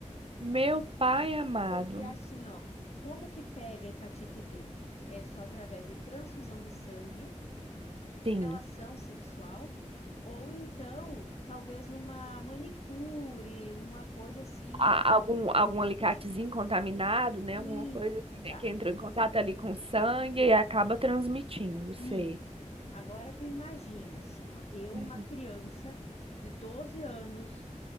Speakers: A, on the right; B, on the left.
A: Meu pai amado.
B: Porque assim, ó, como que pega hepatite B? É só através de transfusão de sangue,
A: Sim.
B: relação sexual, ou então, talvez numa manicure, numa coisa assim,
A: A-
B: que-
A: algum, algum
B: que dê
A: alicatezinho
B: pro tipo.
A: contaminado, né?
B: Isso,
A: Alguma coisa assim,
B: exato.
A: né? Que entrou em contato ali com o sangue e acaba transmitindo, sei.
B: Isso. Agora tu imagina, assim, ó, eu,
A: Uhum.
B: uma criança de 12 anos,